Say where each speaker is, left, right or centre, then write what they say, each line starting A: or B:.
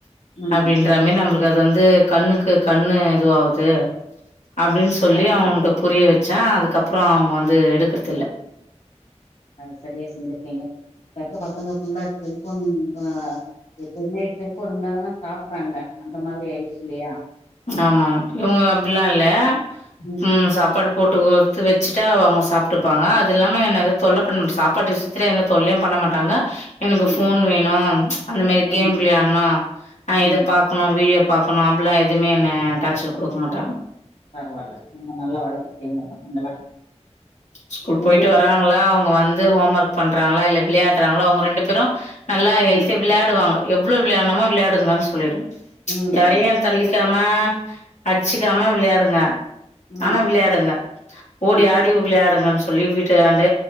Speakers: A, on the left (about 70°); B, on the left (about 80°).
A: ம்
B: அப்டின்ற மார் நம்மளுக்கு ல்ல அது வந்து கண்ணுக்கு கண்ணு இதுவாவ்து அப்டின் சொல்லி
A: கரெக்ட்டு
B: அவனுக்கு
A: தா
B: புரிய வச் ச்சு அதுக்கப்ற அவ்ங்க வந்து எடுக்றதில்ல
A: அத சரியா செஞ்சிருக்கீங்க இப்பருக்க பசங்க ஃபுல்லா செல்ஃபோன் ஆஹ் எப்போமே செல்ஃபோன் இருந்தா வேணா சாப்றாங்ள அந்த மாரி ஆயிருச்சு இல்லயா
B: ஆமா ஆமா இவ்ங்க அப்டிலா இல்ல
A: ம்
B: ஃபுல்லா சாப் ப்பாடு போட்டு வருத்து வச்சுட்டா அவ் அவ்ங்க சாப்ட்டுப்பாங்க அதுல்லாம என்ன எது தொல்ல பண்ண மாட்ட சாப்பாட்டு விஷ்யத்ல எந்த தொல்லையு பண்ண மாட்டாங்க எனக்கு
A: ம்
B: ஃபோன் வேணு அந்த மாரி கேம்
A: ம்
B: விளையாட்னு நா இத
A: ம்
B: பாக்கணு வீடியோ பாக்குனு அப்டில்லா எது எதுமே என்ன டார்ச்சர் குடுக்க மாட்டாங்க
A: பரவால்ல ரொம்ப நல்லா வளத்திருக்கிங்க பசங்கள
B: ஸ்கூல் போயிட்டு
A: எங்க
B: வராங்களா அவங்க வந்து ஹோம் ஒர்க் பண்றாங்களா இல்ல விளையாட்றாங்களா அவங்க ரெண்டு பேரு நல்லா ஹெல்த்தியா
A: ம்
B: விளாடுவாங்க எவ்ளோ விளயாட்ணுமோ விளையாடுங்கனு சொல்லிடுவ
A: ம்
B: யாரையு தள்ளி விடாம அடிச்சுக்காம விளையாடுங்க
A: ம்
B: ஆனா விளையாடுங்க ஓடி
A: ம்
B: ஆடி விளையாடு <unintelligible> சொல்லி வீட்டாண்ட